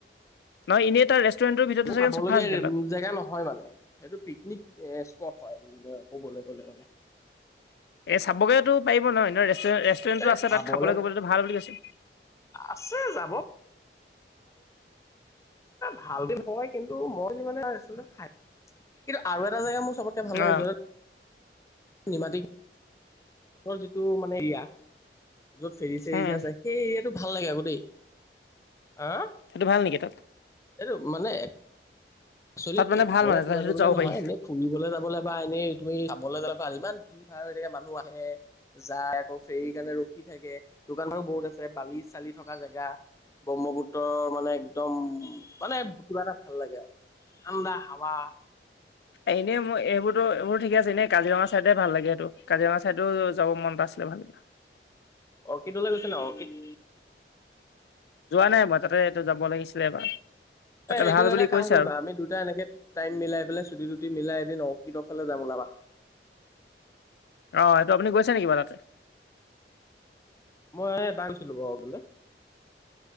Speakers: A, on the left (about 70°); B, on the left (about 15°).
A: নহয় এনেই তাৰ ৰেষ্টুৰেণ্টৰ ভিতৰতো
B: <unintelligible>
A: চাগে
B: খাবলগীয়া
A: চফা আছে তাত
B: জেগা নহয় মানে। সেইটো পিকনিক স্পট হয়, ক'বলৈ গ'লে মানে।
A: এই চাবগে তো পাৰিব নয় ন, ৰে-ৰেষ্টুৰেণ্টটো
B: এ
A: আছে
B: যাবলে
A: তাত খাবলৈ কৰিবলেটো ভাল বুলি কৈছে।
B: আছে যাব ভাল কয় কিন্তু মই <unintelligible> খায় কিন্তু আৰু এটা জেগা মোৰ চবতকে ভাল
A: অ
B: লাগে য'ত <unintelligible> যিটো মানে এৰিয়া য'ত ফেৰি চেৰি
A: উম
B: যে আছে, সেই এৰিয়াটো ভাল লাগে আকৌ দেই। আ'?
A: সেইটো ভাল নেকি তাত?
B: এইটো মানে, এক চোৱেলি
A: তাত মানে ভাল
B: খাৱলৈ
A: মানে তাত
B: কিবা
A: সেইটো
B: কৰিবলৈ
A: যাব
B: নহয়,
A: পাৰি
B: এনে ফুৰিবলৈ যাবলৈ বা এনেই তুমি চাবলৈ যাবা <unintelligible> ইমান ভিৰ ভাৰ হৈ থাকে মানুহ আহে। যায়, আকৌ ফ্ৰেৰী কাৰণে ৰখি থাকে, দোকানো বহুত আছে বালি চালি থকা জেগা। ব্ৰহ্মপুত্ৰৰ মানে একদম মানে কিবা এটা ভাল লাগে আৰু। ঠাণ্ডা হাৱা।
A: এনেই মোৰ এইবোৰতো, এইবোৰ ঠিক আছে এনেই কাজিৰঙা চাইডে ভাল লাগে সেইটো, কাজিৰঙা চাইডেও যাব মনতটা আছিলে ভাল লাগে।
B: অৰ্কিডলৈ গৈছে ন, অৰ্কিড?
A: যোৱা নাই মই তাতে, এইটো যাব লাগিছিলে এবাৰ।
B: এই
A: তাতে
B: এইটো
A: ভাল বুলি
B: এটা কাম
A: কৈছে
B: কৰিবা
A: আৰু
B: আমি দুটা এনেকে টাইম মিলাই পেলাই চুটি টুটি মিলাই এদিন অৰ্কিডৰ ফালে যাম ওলাবা।
A: অ', সেইটো আপুনি গৈছে নেকি বা তাতে?
B: মই এবাৰ গৈছিলোঁ অৰ্কিডলে,